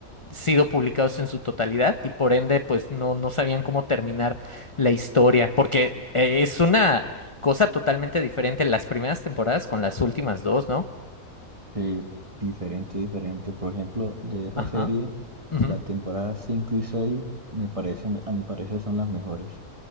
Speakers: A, on the left; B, on the right.
A: sido publicados en su totalidad y por ende pues no, no sabían cómo terminar la historia, porque eh, es una cosa totalmente diferente las primeras temporadas con las últimas dos, ¿no?
B: Sí, diferente, diferente. Por ejemplo, de esa
A: Ajá.
B: serie,
A: ujú,
B: la temporada 5 y 6 me parece, a mi parecer son las mejores.